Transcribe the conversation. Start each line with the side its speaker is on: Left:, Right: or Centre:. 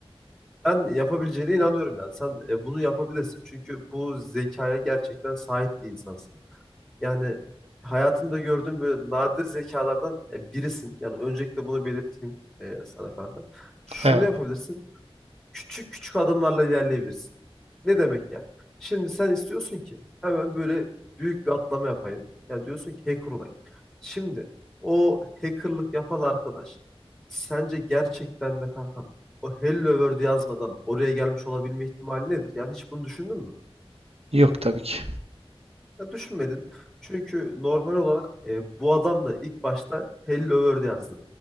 Centre: ben yapabileceğine inanıyorum yani. Sen e, bunu yapabilirsin çünkü bu zekaya gerçekten sahip bir insansın. Yani hayatımda gördüğüm böyle nadir zekalardan e, birisin. Yani öncelikle bunu belirteyim e, sana kanka. Şunu
Right: Evet.
Centre: yapabilirsin. Küçük küçük adımlarla ilerleyebilirsin. Ne demek yani? Şimdi sen istiyorsun ki hemen böyle büyük bir atlama yapayım. Ya diyorsun ki hacker olayım. Şimdi o hackerlık yapan arkadaş sence gerçekten de kanka o Hello World yazmadan oraya gelmiş olabilme ihtimali nedir? Yani hiç bunu düşündün mü?
Right: Yok tabii ki.
Centre: Ya düşünmedin. Çünkü normal olarak e, bu adam da ilk başta Hello World yazdı.